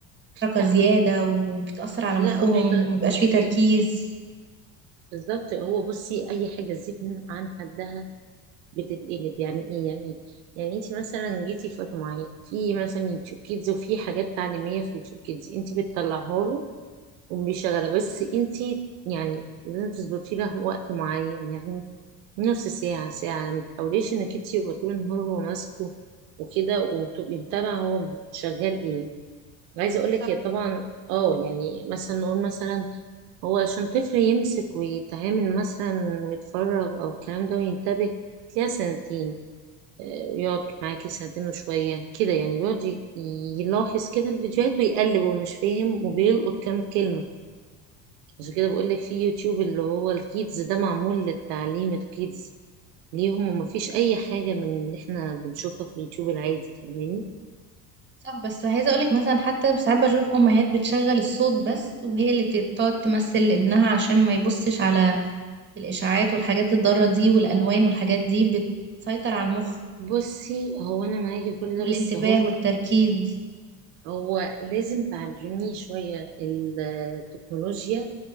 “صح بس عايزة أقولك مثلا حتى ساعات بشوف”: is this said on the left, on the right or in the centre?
Right